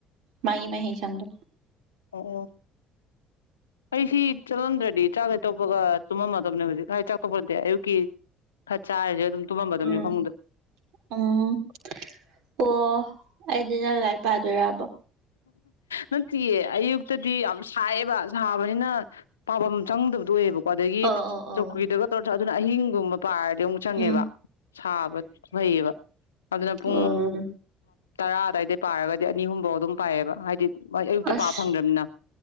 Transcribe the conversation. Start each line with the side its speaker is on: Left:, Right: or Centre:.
Right: ꯃꯥꯒꯤ ꯃꯥꯍꯩꯁꯪꯗꯣ
Left: ꯑꯣ ꯑꯩꯗꯤ ꯆꯠꯂꯝꯗꯦ ꯆꯥꯛ ꯍꯦꯛ ꯇꯣꯛꯄꯒ ꯇꯨꯝꯃꯝꯃꯗꯕꯅꯦ ꯍꯧꯖꯤꯛ ꯍꯥꯏ ꯆꯥꯛ ꯇꯣꯛꯄ ꯅꯠꯇꯦ ꯑꯌꯨꯛꯀꯤ ꯈꯔ ꯆꯥꯔꯤꯁꯦ ꯑꯗꯨꯝ ꯇꯨꯝꯃꯝꯃꯗꯕꯅꯤ
Right: ꯎꯝ
Left: ꯐꯃꯨꯡꯗ
Right: ꯎꯝ ꯑꯣ ꯑꯩꯗꯤ ꯅꯪ ꯂꯥꯏꯔꯤꯛ ꯄꯥꯗꯣꯏꯔꯕꯣ
Left: ꯅꯠꯇꯤꯌꯦ ꯑꯌꯨꯛꯇꯗꯤ ꯌꯥꯝ ꯁꯥꯏꯌꯦꯦꯕ ꯁꯥꯕꯅꯤꯅ ꯄꯥꯐꯝ ꯆꯪꯗꯕꯗꯨ ꯑꯣꯏꯌꯦꯕꯀꯣ ꯑꯗꯒꯤ
Right: ꯑꯧ ꯑꯧ ꯑꯧ
Left: ꯆꯧꯀꯔꯤꯗꯒ ꯑꯗꯨꯅ ꯑꯍꯤꯡꯒꯨꯝꯕ ꯄꯥꯔꯗꯤ ꯑꯃꯨꯛ ꯆꯪꯉꯦꯕ
Right: ꯎꯝ
Left: ꯁꯥꯕ ꯐꯩꯌꯦꯕ ꯑꯗꯨꯅ ꯄꯨꯡ
Right: ꯎꯝ
Left: ꯇꯔꯥ ꯑꯗꯥꯏꯗꯩ ꯄꯥꯔꯒꯗꯤ ꯑꯅꯤ ꯑꯍꯨꯝꯐꯧ ꯑꯗꯨꯝ ꯄꯥꯏꯑꯦꯕ ꯍꯥꯏꯗꯤ ꯑꯌꯨꯛꯇ
Right: ꯑꯁ
Left: ꯄꯥꯕ ꯐꯪꯗ꯭ꯔꯃꯤꯅ